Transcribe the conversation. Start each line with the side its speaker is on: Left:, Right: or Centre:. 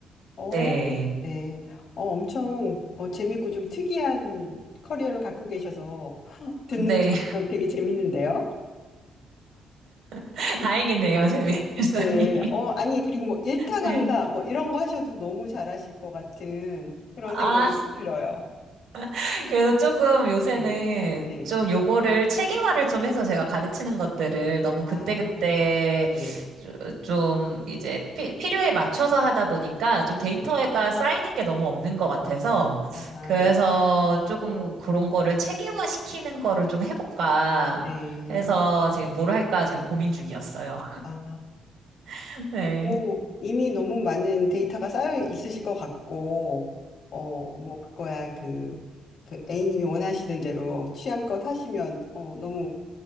Left: 어.
Right: 네.
Left: 네. 어, 엄청 어, 재밌고 좀 특이한 커리어를 갖고 계셔서 <laughs> 듣는
Right: 네.
Left: 저도 되게 재밌는데요.
Right: <laughs> 다행이네요, 재미있으니.
Left: 네. 어, 아니, 그리고 뭐 일타
Right: 네.
Left: 강사 뭐 이런 거 하셔도 너무 잘하실 것 같은 그런
Right: 아,
Left: 생각이 좀 들어요.
Right: <laughs> 그래서 조금 요새는
Left: 네. 네.
Right: 좀 요거를 체계화를 좀 해서 제가 가르치는 것들을 너무 그때그때
Left: 아, 네네.
Right: 조- 좀 이제 피- 필요에 맞춰서 하다 보니까 좀 데이터가
Left: 네.
Right: 쌓이는 게 너무 없는 것 같아서
Left: 아하.
Right: 그래서 조금 그런 거를 체계화 시키는 거를 좀 해볼까
Left: 네.
Right: 해서 지금 뭘 할까 지금 고민 중이었어요.
Left: 아.
Right: <laughs> 네.
Left: 뭐 이미 너무 많은 데이터가 쌓여 있으실 것 같고, 어, 뭐 그거야 그, 그 A님이 원하시는 대로 취향껏 하시면 어, 너무